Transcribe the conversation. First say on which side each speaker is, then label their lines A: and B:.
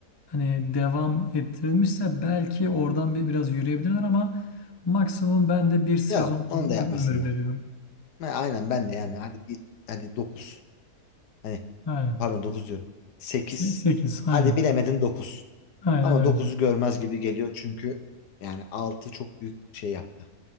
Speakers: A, on the left (about 25°); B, on the left (about 85°).
A: hani devam ettirilmişse belki oradan bir biraz yürüyebilirler ama maksimum ben de bir sezon
B: Yok, onu
A: ö-
B: da yapmasınlar.
A: ömür veriyorum.
B: Ha, aynen ben de yani hadi bir hadi 9. Hani
A: Aynen.
B: pardon 9 diyorum. Sekiz.
A: sekiz aynen.
B: Hadi bilemedin 9.
A: Aynen
B: Ama
A: öyle.
B: dokuzu görmez gibi geliyor çünkü yani 6 çok büyük şey yaptı.